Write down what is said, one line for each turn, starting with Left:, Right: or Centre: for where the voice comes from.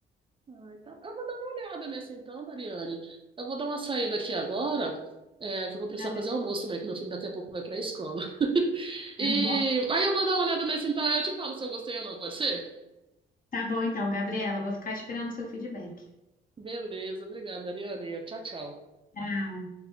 Right: Ah, então, eu vou dar uma olhada nesse então, Dariane. Eu vou dar uma saída aqui agora, é, que eu vou precisar
Left: Tá bem,
Right: fazer almoço também, que meu filho daqui a pouco vai para a escola. <laughs>
Left: tá
Right: E
Left: bom.
Right: aí eu vou dar uma olhada nesse então, aí eu te falo se eu gostei ou não, pode ser?
Left: Tá bom então, Gabriela, vou ficar esperando o seu feedback.
Right: Beleza, obrigada, Ariane. Tchau, tchau.
Left: Tchau.